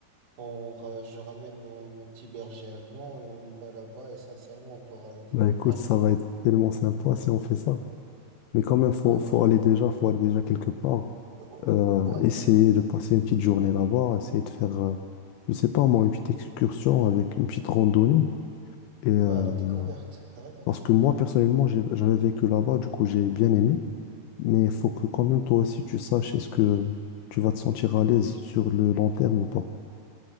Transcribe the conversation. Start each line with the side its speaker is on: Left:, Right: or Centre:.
Right: On, ra- je ramène mon, mon petit berger allemand et on y va là-bas et sincèrement, on part à la découverte.
Left: Bah écoute, ça va être tellement sympa si on fait ça. Mais quand même, faut,
Right: Ouais,
Left: faut
Right: carrément.
Left: aller déjà, faut aller déjà quelque part.
Right: Ouais,
Left: euh,
Right: ouais,
Left: essayer de passer une petite journée là-bas, essayer de faire, euh, je sais pas moi, une petite excursion avec une petite randonnée. Et, euh,
Right: ouais, à la découverte,
Left: bah,
Right: carrément.
Left: parce que moi, personnellement, j'ai- j'avais vécu là-bas, du coup, j'ai bien aimé. Mais il faut que quand même, toi aussi, tu saches est-ce que tu vas te sentir à l'aise sur le long terme ou pas.